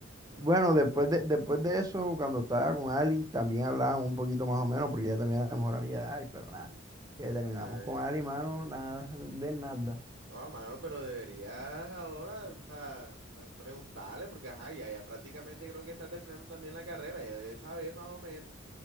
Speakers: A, on the right; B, on the right.
A: Mm,
B: Bueno, después de, después de eso, cuando estaba con Ali, también hablábamos un poquito más o menos, porque ella también era mejor amiga de Ali, pero nada. Ya terminamos
A: Ya,
B: con
A: ya.
B: Ali, mano, nada, de nada.
A: Oh, mano, pero deberías ahora, o sea, a- preguntarle, porque ajá, ya, ya prácticamente creo que está terminando también la carrera, ya debe saber más o menos.